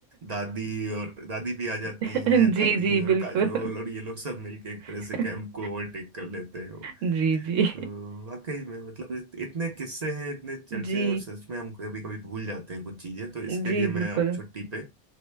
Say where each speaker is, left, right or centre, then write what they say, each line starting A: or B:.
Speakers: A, on the right; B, on the right.
A: दादी और दादी भी आ जाती
B: <laughs>
A: हैं दादी
B: जी जी
A: और
B: बिल्कुल
A: काजोल और ये लोग सब मिलके एक
B: <laughs>
A: तरह से कैंप को ओवरटेक कर लेते हैं वो
B: जी जी
A: तो वाकई में मतलब इत, इतने किस्से हैं इतने चर्चे
B: जी
A: हैं और सच में हम कभी कभी भूल जाते हैं कुछ चीजें तो इसके
B: जी
A: लिए मैं
B: बिल्कुल
A: अब छुट्टी पे